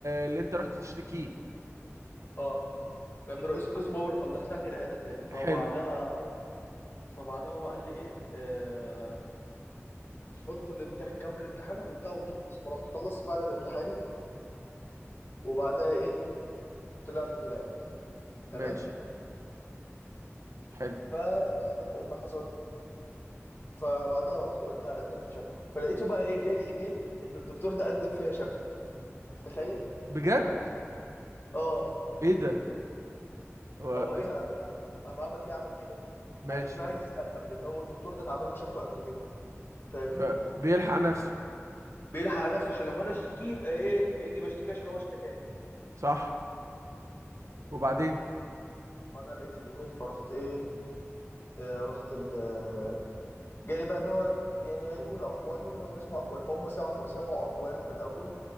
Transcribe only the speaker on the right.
اللي انت رحت تشتكيه
حلو
ماشي حلو
بجد
ايه ده هو
إز-
ماشي
فبيلحق نفسه
صح وبعدين